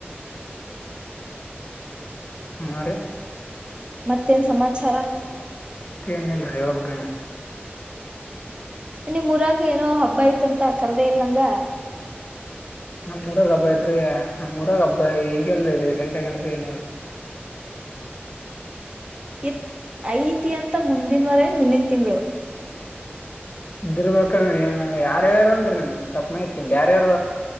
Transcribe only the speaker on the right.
ಮತ್ತೇನ್ ಸಮಾಚಾರ.
ನಿಮ್ಮೂರಾಗ ಏನೋ ಹಬ್ಬ ಅಯ್ತಂತ ಕರ್ದೇ ಇಲ್ ನಂಗ.
<inaudible> ಇತ್ ಐತಿ ಅಂತ ಮುಂದಿನವಾರಾಯಿ ಮುಂದಿನ ತಿಂಗಳು.